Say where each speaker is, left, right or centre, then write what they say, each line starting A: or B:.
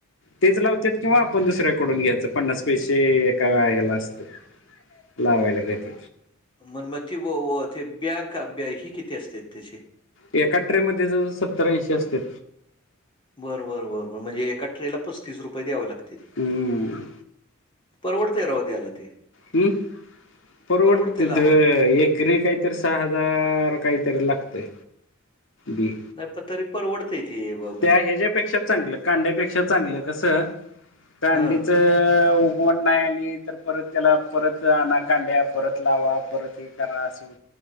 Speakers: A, on the left; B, on the left.
A: तेच लावत्यात. किंवा आपण दुसऱ्याकडून घ्यायचं. पन्नास पैसे एका ह्याला असत. लावायला जात.
B: मनमती व व ते ब्या का ब्या ही किती असत्यात त्याचे?
A: एका ट्रे मध्ये जवळ सत्तर ऐंशी असतात.
B: बर बर बर बर. म्हणजे एका ट्रेला पस्तीस रुपये द्याव लाग- ते.
A: हम्म
B: परवडतय राव त्याला ते.
A: हम्. परवडत
B: परवडते लावायला.
A: ते एक- ट्रे काहीतरी सहा हजार काहीतरी लागतय. बी.
B: नाही पण तरी परवडतय ते ब.
A: त्या ह्याच्या्यापेक्षा चांगलं. कांद्यापेक्षा चांगलं. कसं कांद्याच
B: हं,
A: वण नाय आली तर परत त्याला परत आणा कांड्या. परत लावा परत हे करा. असं